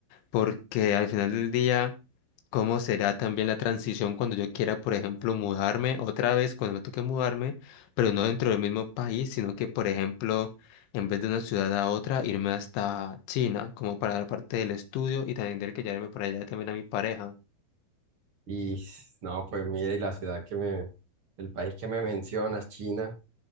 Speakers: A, on the left; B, on the right.
A: porque al final del día cómo será también la transición cuando yo quiera, por ejemplo, mudarme otra vez, cuando me toque mudarme, pero no dentro del mismo país, sino que, por ejemplo, en vez de una ciudad a otra, irme hasta China, como para la parte del estudio y también tener que llevarme para allá también a mi pareja.
B: Y no, pues mira, y la ciudad que me, el país que me mencionas, China,